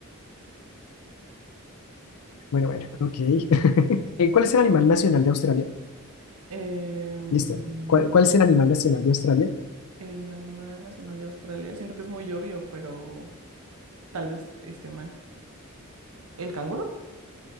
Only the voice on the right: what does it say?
Eh, mm,
el animal nacional de Australia. Siento que es muy obvio, pero tal vez esté mal. ¿El canguro?